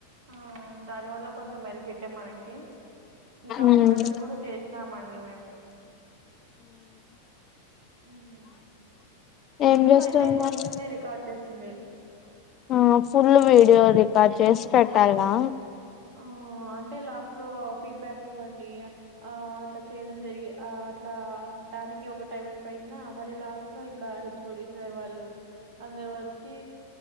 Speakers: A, on the right; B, on the left.
A: ఆ దాని వల్ల కొంచెం బెనిఫిటే మనకి ఇంకా అప్పుడకప్పుడు
B: ఉమ్
A: చేసినామండి మేము ఉ్మ్
B: ఏం
A: వీడియో
B: చేస్తున్నారు
A: అయితే కొంచమే రికార్డ్ చేస్తుండేది
B: ఆ ఫుల్ వీడియో రికార్డ్ చేసి పెట్టాలా
A: ఆ అంటే లాస్ట్ లో ఫీడ్బ్యాక్ ఇవ్వండి ఆ అట్లా చేయడం జరిగి ఆ అట్లా దానికి ఒక టైం అయిపోయిందా మళ్ళీ లాస్ట్ లో ఇంకా హెచ్ఓడి సార్ వాళ్ళు అందరు వచ్చి